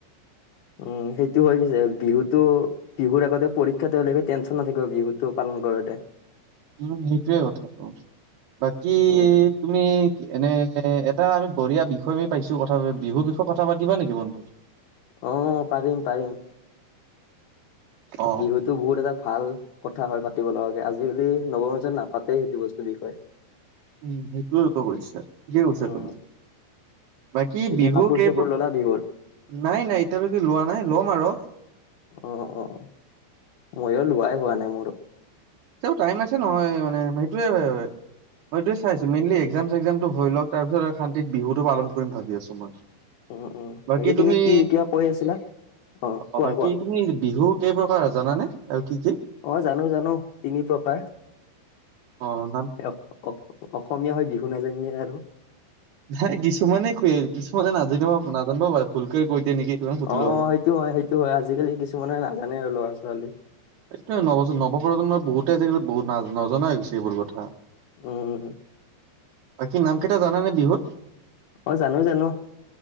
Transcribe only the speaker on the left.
উম সেইটো হৈ গৈছে, বিহুতো বিহুৰ আগতে পৰীক্ষা তেওঁলেে টেন্যন নথাকিব বিহুটো পালন কৰোঁতে।
উম
অ' পাৰিম পাৰিম।
বিহুতো বহুত এটা ভাল কথা হয়, পাতিব লগাে, আজিকালি নগ মানুহজন নাপাতেই সেইটো বস্তুৰ বিষয়ে।
উম
পিছে
কাপোৰ
চাপোৰ ললা বিহুৰ
অ' অ' ময়ো লোৱাই হোৱা নাই মোৰো
উম উম
বাকী
কি কিবা কৈ আছিলা
কোৱা
কোৱা
অ' জানো জানো তিনি প্ৰকাৰ।
অ' অসমীয়া হয়, বিহু নাজানীয়ে আৰু
অ'
অ' সেইটো হয়, সেইটো হয় আজিকালি কিছুমানে নাজানে আৰু ল'ৰা ছোৱালী।
উম।
অ' জানো জানো,